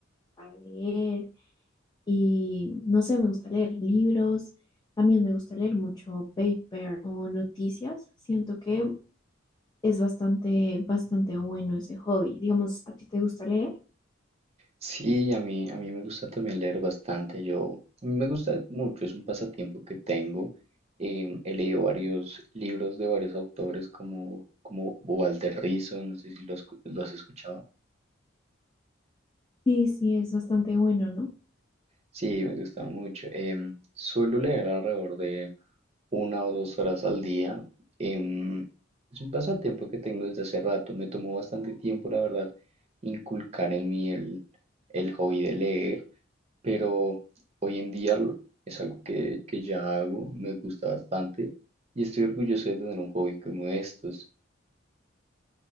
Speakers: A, on the left; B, on the right.
A: para leer y no sé, me gusta leer libros, también me gusta leer mucho paper o noticias. Siento que es bastante, bastante bueno ese hobby. Digamos, ¿a ti te gusta leer?
B: Sí, a mí, a mí me gusta también leer bastante. Yo, a mí me gusta mucho, es un pasatiempo que tengo. Em, he leído varios libros de varios autores como, como Walter Rizzo, no sé si lo, escu- lo has escuchado.
A: Sí, sí, es bastante bueno, ¿no?
B: Sí, me gusta mucho. Em, suelo leer alrededor de una o dos horas al día. Em, es un pasatiempo que tengo desde hace rato. Me tomó bastante tiempo, la verdad, inculcar en mí el, el hobby de leer. pero hoy en día lo- es algo que, que ya hago, me gusta bastante y estoy orgulloso de tener un hobby como estos.